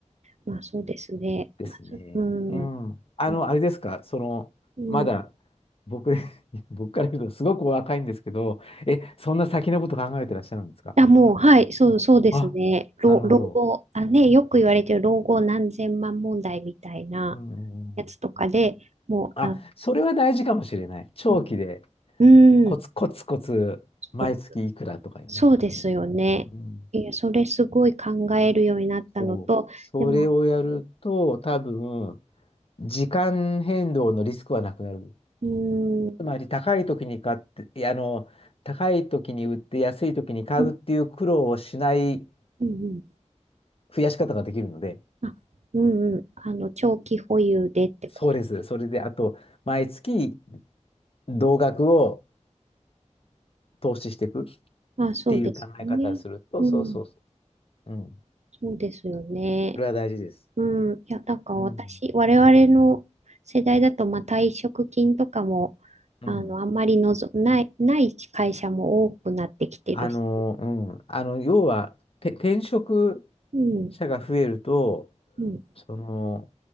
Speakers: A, on the right; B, on the left.
A: まあ、そうですね。
B: ですね。
A: まあ、そうん。
B: うん。あの、
A: まあ
B: あれですか、その、
A: うん。
B: まだ、僕、<laughs> 僕から言うと、すごくお若いんですけど、え、そんな先のこと考えてらっしゃるんですか
A: あ、もう、はい、そう、そうですね。
B: あ、
A: 老、
B: なるほど。
A: 老後、あ、ね、よく言われてる老後何千万問題みたいな
B: うんうんうん。
A: やつとかで、もう、
B: あ、
A: あ、
B: それは大事かもしれない。長期で、
A: うん、うん
B: コツコツコツ、
A: そう
B: 毎月いくらとかよね。
A: そうですよね。
B: うん。うん。
A: いや、それすごい考えるようになったのと、
B: そう。それをやると、
A: でも、
B: 多分、時間変動のリスクはなくなる。
A: うーん、
B: つまり、高い時に買って、いやあの、高い時に売って安い時に買うっていう苦労をしない
A: うん、うん、
B: 増やし方ができるので、
A: あ、うんうん、あの、長期保有でってこと。
B: そうです。それで、あと、毎月、同額を投資していくっ
A: あ、そうですね。
B: ていう考え方をすると、
A: うん、
B: そうそうそう。うん。
A: そうですよね。
B: それは大事です。
A: うん、いや、なんか私、
B: うん。
A: 我々の世代だと、まあ、退職金とかも、
B: うん。
A: あの、あんまりのぞ、ない、ない会社も多くなってきてるし、
B: あの、うん、あの、要は、て転職
A: うん、
B: 者が増えると、
A: うん、
B: その、